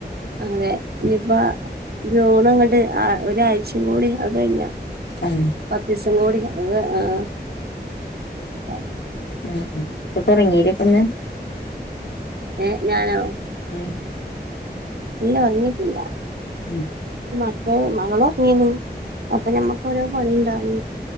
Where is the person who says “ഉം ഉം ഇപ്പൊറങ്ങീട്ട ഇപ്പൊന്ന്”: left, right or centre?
Left